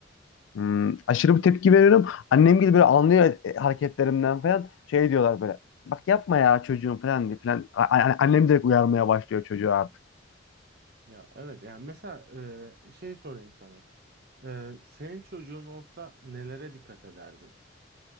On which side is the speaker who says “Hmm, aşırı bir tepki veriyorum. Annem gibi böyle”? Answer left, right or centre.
Left